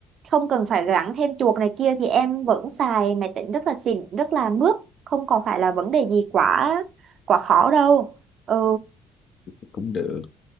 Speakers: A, on the right (about 45°); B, on the left (about 45°).
A: không cần phải gắn thêm chuột này kia thì em vẫn xài máy tính rất là xịn rất là mướt không còn phải là vấn đề gì quá quá khó đâu ừ
B: Thì cũng được